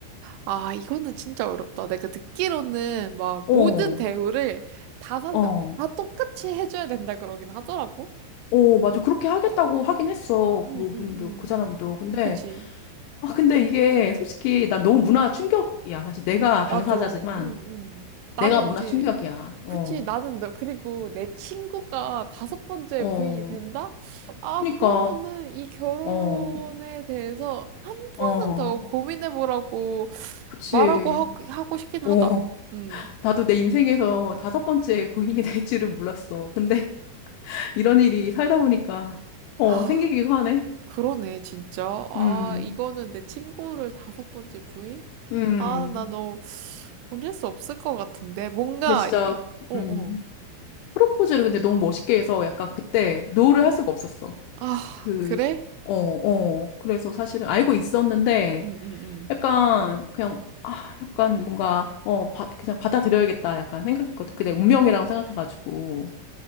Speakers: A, on the right; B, on the left.
A: 아, 이거는 진짜 어렵다. 내가 듣기로는 막
B: 어,
A: 모든 대우를 다섯
B: 어.
A: 명 다 똑같이 해줘야 된다 그러긴 하더라고.
B: 어, 맞아. 그렇게 하겠다고 하긴 했어.
A: 응,
B: 그분도,
A: 응,
B: 그 사람도.
A: 응.
B: 근데,
A: 그지.
B: 아, 근데 이게 솔직히 난 너무 문화 충격이야. 사실 내가 당사자지만.
A: 맞아. 응, 응. 나는
B: 내가 문화
A: 이제,
B: 충격이야. 어,
A: 그치. 나는 너, 그리고 내 친구가 다섯 번째
B: 어.
A: 부인이 된다? 아,
B: 그니까,
A: 그러면은 이 결혼에
B: 어,
A: 대해서 한 번은
B: 어.
A: 더 고민해보라고
B: 그치.
A: 말하고 하, 하고 싶긴
B: 어.
A: 하다. 응.
B: 나도 내 인생에서 다섯 번째 부인이 될 줄은 몰랐어. 근데 <laughs> 이런 일이 살다 보니까, 어,
A: 아.
B: 생기기도 하네.
A: 그러네, 진짜. 아,
B: 음,
A: 이거는 내 친구를 다섯 번째 부인?
B: 음.
A: 아, 나 너 보낼 수 없을 것 같은데. 뭔가,
B: 근데 진짜,
A: 이- 어, 어.
B: 음. 프로포즈를 근데 너무 멋있게 해서 약간 그때 노를 할 수가 없었어.
A: 아,
B: 그,
A: 그래?
B: 어, 어. 그래서 사실은 알고 있었는데,
A: 응, 응, 응.
B: 약간 그냥 아 약간 뭔가 어 바, 그냥 받아들여야겠다 약간 생각했거든. 근데 운명이라고 생각해가지고